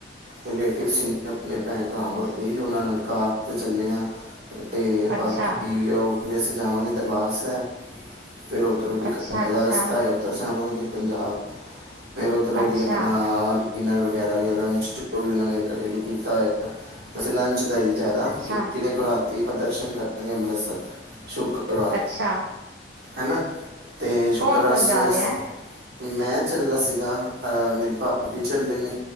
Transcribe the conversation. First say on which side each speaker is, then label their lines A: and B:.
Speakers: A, on the right (about 65°); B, on the right (about 80°).
A: ਰਿਲੇਟਿਵ ਸੀ, ਆਪਣੇ ਭੈਣ ਭਾਂਰਾਵਾਂ ਔਰ ਉਹਨਾਂ ਨਾਲ, ਕਾਰ ਤੇ ਚੱਲੇ ਆ। ਅਤੇ,
B: ਅੱਛਾ
A: ਬਾਕੀ ਉਹ ਫਲੇ ਅਸੀਂ, ਜਾਵਾਂਗੇ ਦਰਬਾਰ ਸਾਹਿਬ ਫਿਰ ਉਧਰੋਂ ਦੀ
B: ਅੱਛਾ
A: ਘੰਟੇ
B: ਅੱਛਾ
A: ਦਾ ਰਸਤਾ ਹੈ, ਉੱਧਰ ਜਾਵਾਂਗੇ ਪੰਜਾਬ ਫਿਰ, ਉੱਧਰੋਂ
B: ਅੱਛਾ
A: ਦੀ ਆਪਣਾ ਡਿਨਰ ਵਗੈਰਾ, ਜਾਂ ਲੰਚ ਜੋ ਵੀ, ਉਹਨਾਂ ਨੇ ਰੇਡੀ ਕੀਤਾ ਹੈਗਾ, ਬਸ ਲੰਚ ਦਾ ਹੀ ਏ ਜ਼ਿਆਦਾ
B: ਅੱਛਾ
A: ਕਿਉਂਕਿ, ਦੇਖੋ ਰਾਤੀ ਦਰਸ਼ਨ ਕਰਨੇ ਨੇ ਅੰਮ੍ਰਿਤਸਰ ਸ਼ੁਕਰ ਸ਼ੁੱਕਰਵਾਰ
B: ਅੱਛਾ
A: ਹੈਨਾ ਤੇ ਸ਼ੁੱਕਰਵਾਰ
B: ਕੌਣ ਕੌਣ
A: ਸਵੇਰੇ,
B: ਜਾ ਰਿਹਾ
A: <inaudible> ਮੈਂ ਚੱਲਾ ਸੀਗਾ, ਅਹ ਮੇਰੀ ਭਾਬੀ ਚੱਲੇ ਨੇ